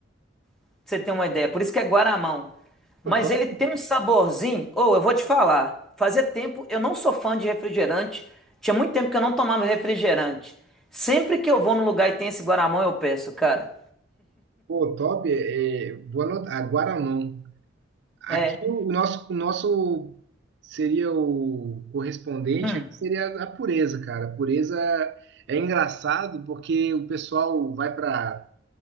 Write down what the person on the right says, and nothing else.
Pô,
top,
pô, top. É, é, vou anotar. Ah, Guaramão. Aqui
o nosso, o nosso seria o correspondente
aqui seria a pureza, cara. A pureza é engraçado porque o pessoal vai para